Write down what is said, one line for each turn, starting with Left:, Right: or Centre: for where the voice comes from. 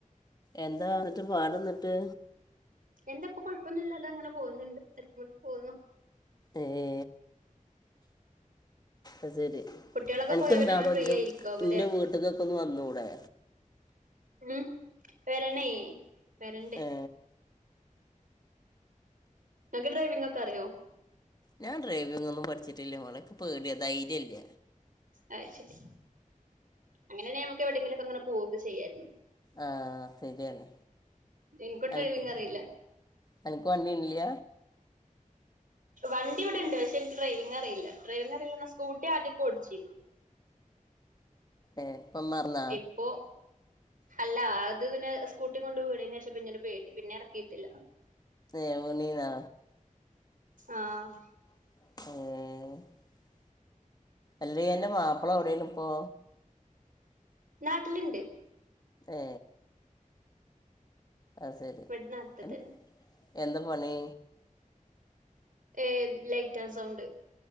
Left: എന്താ ന്നിട്ട് പാടന്നിട്ട്
Right: എന്തപ്പ കൊഴപ്പൊന്നുംലല്ല അതങ്ങനെ പോകുന്നുണ്ട് തട്ടി മുട്ടി പോകുന്നു
Left: എഏ അ ശെരി
Right: കുട്ടികളൊക്കെ
Left: അനക്ക്ന്താണോ
Right: പോയാ പിന്നെ അങ്ങനെ ഫ്രീ
Left: എന്റെ
Right: ആയിരിക്കാവൂല്ലേ
Left: എൻ്റെ വീട്ടുക്ക് ക്കെ ഒന്ന് വന്നുടെ
Right: ഉം വരണേ വരണ്ട്
Left: ഏ
Right: ണ്ടക്ക് ഡ്രൈവിംഗ് ഒക്കെ അറിയോ
Left: ഞാൻ ഡ്രൈവിംഗ് ഒന്നും പഠിച്ചിട്ടില്ല മോളെ പേടിയ ധൈര്യല്ല
Right: അ ശരി അങ്ങനെണെ നമ്മു എവിടെങ്കിലൊക്കെ ങ്ങനെ പോവക്കെ ചെയ്യായിരുന്നു
Left: ആഹ് ശരിയാണ്
Right: എനിക്കും
Left: അനക്ക്
Right: ഡ്രൈവിംഗ് അറിയില്ല
Left: അനക്കുവണ്ണിഇല്ല
Right: വണ്ടി ഇവിടെ ഇണ്ട് പക്ഷെ എനിക്ക് ഡ്രൈവിംഗ് അറിയില്ല ഡ്രൈവിംഗ് അറിയില്ലാന്നാ സ്കൂട്ടി ആദ്യൊക്കെ ഓടിച്ചിരുന്നു
Left: ഏ ഇപ്പം മറന്ന
Right: ഇപ്പൊ അല്ല അത് പിന്നെ സ്കൂട്ടി കൊണ്ട് വീണേന് ശേഷം പിന്നിട് പേടി പിന്നെ എറക്കിയിട്ടില്ല
Left: ഏ വീണീന്നാ
Right: ആഹ്
Left: എഏ അല്ലെ അന്റെ മാപ്പള എവിടെണ് ഇപ്പോ
Right: നാട്ടില്ണ്ട്
Left: ഏ അ ശരി
Right: ഇവിടെ നാട്ടിൽ
Left: എ
Right: തന്നെ
Left: എന്താ പണി
Right: ഏ ലൈറ്റ് ആൻഡ് സൗണ്ട്